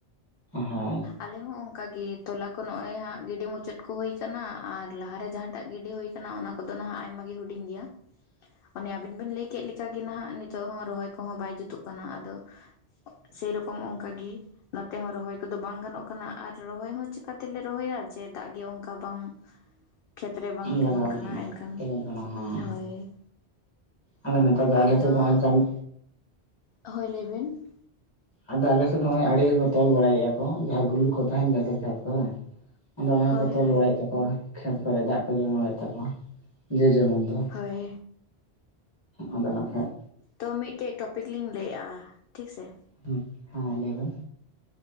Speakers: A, on the left (about 25°); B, on the left (about 65°).
A: ᱦᱳᱭ
B: ᱟᱞᱮ ᱦᱚᱸ ᱚᱝᱠᱟᱟ ᱜᱮ ᱛᱚᱞᱟ ᱠᱚ ᱱᱚᱜᱼᱚᱭ ᱦᱟᱸᱜ ᱜᱤᱰᱤ ᱢᱩᱪᱟᱹᱫ ᱠᱚ ᱦᱩᱭ ᱠᱟᱱᱟ ᱟᱨ ᱞᱟᱦᱟᱨᱮ ᱡᱟᱦᱟᱸᱴᱟᱜ ᱜᱤᱰᱤ ᱦᱩᱭ ᱠᱟᱱᱟ, ᱚᱱᱟ ᱠᱚᱫᱚ ᱱᱟᱦᱟᱜ ᱟᱭᱢᱟ ᱜᱮ ᱦᱩᱰᱤᱧ ᱜᱮᱭᱟ ᱚᱱᱮ ᱟᱵᱤᱱ ᱵᱤᱱ ᱞᱟᱹᱭ ᱠᱮᱫ ᱞᱮᱠᱟᱜᱮ ᱱᱟᱦᱟᱜ ᱱᱤᱛᱚᱜ ᱦᱚᱸ ᱨᱚᱦᱚᱭ ᱠᱚᱦᱚᱸ ᱵᱟᱭ ᱡᱩᱛᱩᱜ ᱠᱟᱱᱟ ᱟᱫᱚ ᱥᱮᱨᱚᱠᱚᱢ ᱚᱝᱠᱟᱜᱤ ᱱᱚᱛᱮ ᱦᱚᱸ ᱨᱚᱦᱚᱭ ᱠᱚᱫᱚ ᱵᱟᱝ ᱜᱟᱱᱚᱜ ᱠᱟᱱᱟ ᱟᱨ ᱨᱚᱦᱚᱭ ᱦᱚᱸ ᱪᱮᱠᱟᱛᱮᱞᱮ ᱨᱚᱦᱚᱭᱟ ᱡᱮ ᱫᱟᱜ ᱜᱮ ᱚᱝᱠᱟ ᱵᱟᱝ ᱠᱷᱮᱛ ᱨᱮ ᱵᱟᱝ
A: ᱞᱟᱜᱟᱣ
B: ᱛᱤᱸᱜᱩᱱ ᱠᱟᱱᱟ
A: ᱜᱟᱱᱟᱜ
B: ᱮᱱᱠᱷᱟᱱ
A: ᱛᱮᱜᱳᱱ ᱠᱟᱱᱟ ᱦᱮᱸ
B: ᱦᱳᱭ
A: ᱟᱫᱚ ᱱᱮᱛᱟᱨ ᱫᱚ ᱟᱞᱮ
B: ᱟᱫᱚ
A: ᱥᱮᱫ ᱫᱚ ᱱᱚᱜ-ᱚᱭ ᱠᱟᱹᱢᱤ
B: ᱦᱳᱭ ᱞᱟᱹᱭᱵᱮᱱ
A: ᱟᱫᱚ ᱟᱞᱮᱥᱮᱫ ᱫᱚ ᱦᱚᱸᱜᱼᱚᱭ ᱟᱲᱮ ᱠᱚ ᱠᱚ ᱛᱚᱞ ᱵᱟᱲᱟᱭᱮᱜᱼᱟ ᱠᱚ ᱡᱟᱦᱟᱸ ᱵᱷᱩᱞᱩᱠ ᱠᱚ ᱛᱟᱦᱮᱱ ᱜᱮᱭᱟ ᱥᱮ ᱠᱷᱮᱛ ᱠᱚᱨᱮ ᱟᱫᱚ ᱚᱱᱟ
B: ᱦᱳᱭ
A: ᱜᱮᱠᱚ ᱛᱚᱞ
B: ᱦᱳᱭ
A: ᱵᱟᱲᱟᱭᱮᱫ ᱛᱟᱠᱚᱣᱟ ᱠᱷᱮᱛ ᱠᱚᱨᱮ ᱫᱟᱜ ᱠᱚ ᱡᱚᱢᱟᱣᱮᱫ ᱛᱟᱠᱚᱣᱟ ᱡᱮ ᱡᱮᱢᱚᱱ ᱫᱚ
B: ᱦᱳᱭ
A: ᱟᱫᱚ ᱱᱟᱜ ᱠᱷᱟᱡ
B: ᱛᱚ ᱢᱤᱫᱴᱮᱡ ᱴᱚᱯᱤᱠ ᱞᱤᱧ ᱞᱟᱹᱭᱮᱜᱼᱟ ᱴᱷᱤᱠᱥᱮ
A: ᱦᱩᱸ ᱦᱮᱸ ᱞᱟᱹᱭᱢᱮ